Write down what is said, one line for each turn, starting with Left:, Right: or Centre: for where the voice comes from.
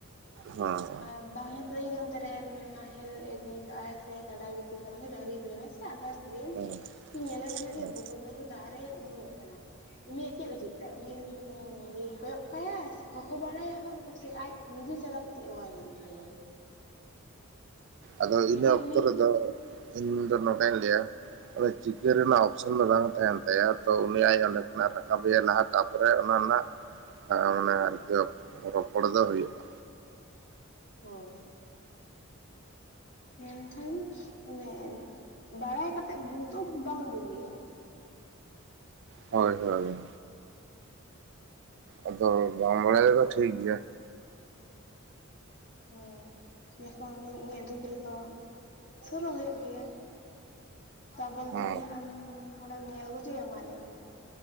Right: ᱦᱚᱸ
Left: ᱟᱨ ᱵᱟᱦᱚᱧᱟᱨ ᱛᱮᱫ ᱡᱩᱫᱤ ᱚᱱᱛᱮ ᱨᱮ ᱱᱟᱦᱮᱞ ᱤᱫᱤ ᱠᱟᱜᱼᱟᱭ ᱥᱮ, ᱠᱟᱰᱟᱭ ᱜᱩᱯᱤ ᱠᱟᱱᱟ ᱥᱮ, ᱰᱟᱝᱨᱤ ᱜᱤᱫᱤ ᱠᱟᱱᱟᱭ ᱟᱫᱟᱨᱥ ᱜᱮ
Right: ᱦᱮᱸ
Left: ᱧᱮᱞᱮ ᱠᱟᱱᱟ ᱡᱮ
Right: ᱦᱮᱸ
Left: ᱵᱚᱠᱚᱛ ᱵᱟᱹᱦᱩ ᱫᱟᱜ ᱨᱮᱭ ᱩᱱᱩᱢ-ᱚᱜ ᱠᱟᱱᱟ, ᱩᱱᱤᱭᱟᱜ ᱪᱮᱫ ᱩᱪᱤᱛ ᱛᱟᱭ, ᱩᱱᱤ ᱠᱚᱭᱚᱜ ᱠᱟᱭ-ᱟᱭ, ᱥᱮ ᱦᱚᱦᱚ ᱵᱟᱲᱟᱭᱟ ᱦᱚᱲ ᱠᱚ ᱥᱮ ᱟᱡ ᱱᱤᱡᱮ ᱪᱟᱞᱟ ᱠᱟᱛᱮ ᱚᱣᱟᱨ ᱟᱜᱩᱭᱮᱭᱟ?
Right: ᱟᱫᱚ
Left: ᱡᱩᱫᱤ
Right: ᱤᱱᱟᱹ ᱚᱠᱛᱚ
Left: ᱩᱱᱤ
Right: ᱨᱮᱫᱚ ᱤᱧᱫᱚ ᱱᱚᱝᱠᱟᱧ ᱞᱟᱹᱭᱟ ᱚᱸᱰᱮ ᱪᱤᱠᱟᱹ ᱨᱮᱱᱟᱜ ᱚᱯᱥᱮᱱ ᱫᱚ ᱵᱟᱝ ᱛᱟᱦᱮᱱ ᱛᱟᱭᱟ ᱛᱚ ᱩᱱᱤ ᱟᱡ ᱚᱸᱰᱮ ᱠᱷᱚᱱᱟᱜ ᱮ ᱨᱟᱠᱟᱵᱮᱭᱟ ᱞᱟᱦᱟᱛᱮ ᱛᱟᱯᱚᱨᱮ ᱚᱱᱟ ᱨᱮᱱᱟᱜ ᱢᱟᱱᱮ ᱨᱚᱯᱚᱲ ᱫᱚ ᱦᱩᱭᱩᱜᱼᱟ,
Left: ᱦᱳᱭ ᱢᱮᱱᱠᱷᱟᱱ, ᱚᱱᱮ ᱵᱟᱲᱟᱭ ᱠᱟᱛᱮᱜ ᱵᱷᱩᱞ ᱫᱚ ᱵᱟᱝ ᱵᱳᱜᱮᱭᱟ᱾
Right: ᱦᱳᱭ ᱦᱳᱭ ᱟᱫᱚ ᱵᱟᱢ ᱵᱟᱲᱟᱭ ᱨᱮᱫᱚ ᱴᱷᱤᱠ ᱜᱮᱭᱟ ᱾
Left: ᱦᱩᱸ ᱡᱠᱷᱚᱱ <unintelligible> ᱫᱩᱠ ᱨᱮᱫᱚ ᱥᱩᱨᱩ ᱦᱩᱭᱩᱜ ᱜᱮᱹᱭᱟ᱾ ᱛᱟ ᱵᱳᱞᱛᱮ
Right: ᱦᱮᱸ
Left: ᱠᱤ ᱦᱟᱸᱜ ᱟᱢ ᱦᱚᱲᱮᱢ ᱧᱮᱞ ᱜᱚᱡᱮᱹᱭᱟ ᱢᱟ ᱞᱟᱹᱭᱢᱮ?